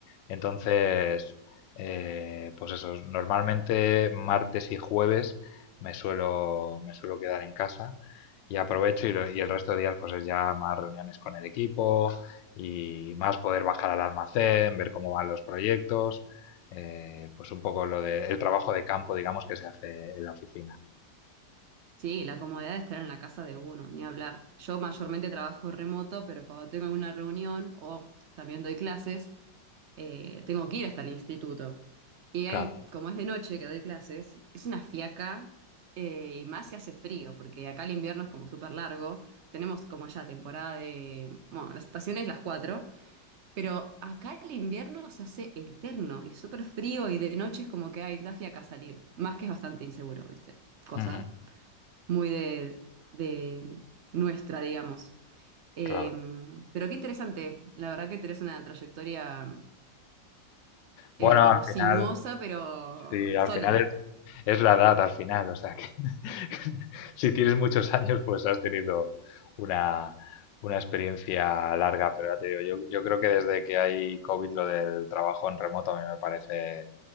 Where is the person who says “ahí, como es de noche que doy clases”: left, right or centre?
Right